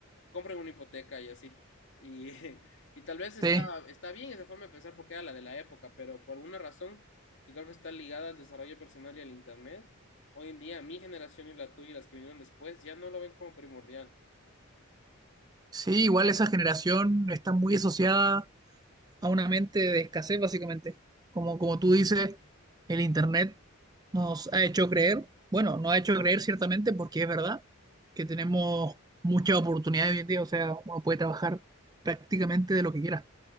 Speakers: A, on the left; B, on the right.
A: compren una hipoteca y así. Y, <laughs> y tal vez está,
B: Sí,
A: está bien esa forma de pensar porque era la de la época, pero por alguna razón que creo que está ligada al desarrollo personal y al internet, hoy en día mi generación y la tuya y las que vinieron después ya no lo ven como primordial.
B: sí, igual esa generación está muy asociada a una mente de escasez, básicamente. Como, como tú dices, el Internet nos ha hecho creer, bueno, nos ha hecho creer ciertamente porque es verdad que tenemos muchas oportunidades hoy en día, o sea, uno puede trabajar prácticamente de lo que quiera.